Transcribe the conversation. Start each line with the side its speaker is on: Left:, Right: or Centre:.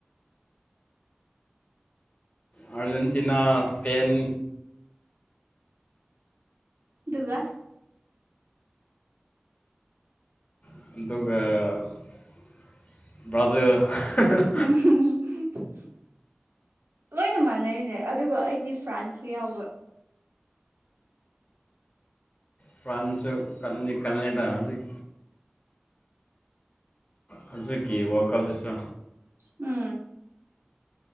Left: ꯑꯥꯔꯖꯦꯟꯇꯤꯅꯥ ꯁ꯭ꯄꯦꯟ
Right: ꯑꯗꯨꯒ
Left: ꯑꯗꯨꯒ ꯑꯗꯨꯒ ꯕ꯭ꯔꯥꯖꯤꯜ
Right: ꯎꯝ <unintelligible> ꯂꯣꯏꯅ ꯃꯥꯟꯅꯩꯅꯦ ꯑꯗꯨꯒ ꯑꯩꯗꯤ ꯐ꯭ꯔꯥꯟꯁꯁꯨ ꯌꯥꯎꯕ
Left: ꯐ꯭ꯔꯟꯁꯨ ꯀꯂꯤ ꯀꯜꯂꯦꯗ ꯍꯧꯖꯤꯛ ꯍꯧꯖꯤꯛꯀꯤ ꯋꯥꯜꯀꯞꯁꯤꯁꯨ
Right: ꯎꯝ